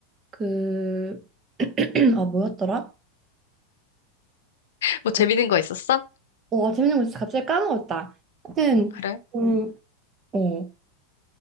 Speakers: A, on the right; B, on the left.
A: 그, <clears throat> 아, 뭐였더라?
B: 뭐 재밌는
A: 어,
B: 거 있었어?
A: 어, 아, 재밌는 거 있어. 갑자기 까먹었다. 하여튼,
B: 그래?
A: 음, 어,